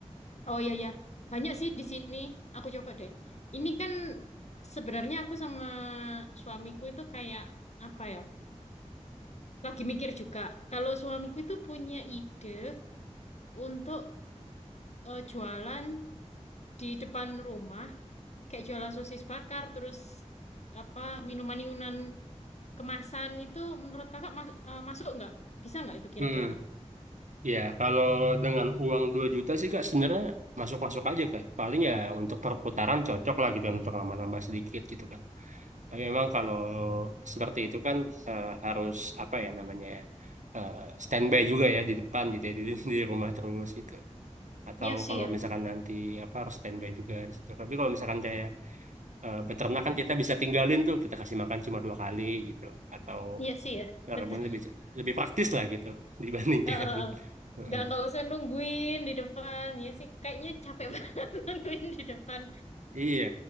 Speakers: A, on the left; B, on the right.
A: Oh iya ya, banyak sih di sini. Aku coba deh. Ini kan sebenarnya aku sama suamiku itu kayak apa ya? Lagi mikir juga. Kalau suamiku itu punya ide untuk eh, jualan di depan rumah, kayak jualan sosis bakar, terus apa minuman-minuman kemasan itu menurut kakak mas- eh, masuk nggak? Bisa nggak itu kira-kira?
B: Hmm, ya kalau dengan uang 2 juta sih Kak sebenarnya masuk-masuk aja Kak. Paling ya untuk perputaran cocok lah gitu kan untuk nambah-nambah sedikit gitu kan. Tapi memang kalau seperti itu kan eh, harus apa ya namanya ya eh, standby juga ya di depan gitu ya <laughs> di, di rumah terus gitu. Atau
A: Iya sih
B: kalau
A: ya,
B: misalkan nanti apa harus standby juga di situ. Tapi kalau misalkan kayak eh, beternak kan kita bisa tinggalin tuh kita kasih makan cuma dua kali gitu. Atau
A: iya sih ya, betul.
B: rebun lebih lebih praktis lah gitu <laughs> dibandingkan.
A: <laughs> Heeh.
B: Heeh.
A: Nggak, nggak usah nungguin di depan. Ya sih, kayaknya capek
B: Iya.
A: <laughs> banget nungguin di depan.
B: Iya.